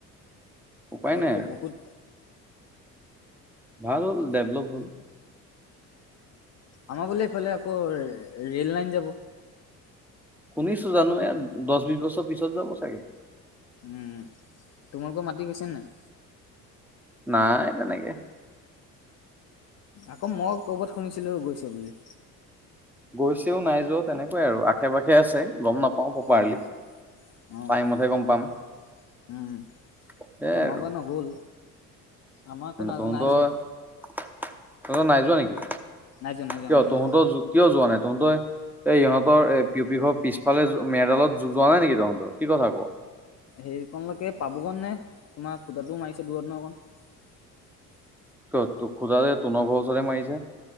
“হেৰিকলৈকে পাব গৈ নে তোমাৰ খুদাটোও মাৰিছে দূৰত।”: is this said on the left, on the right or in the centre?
Left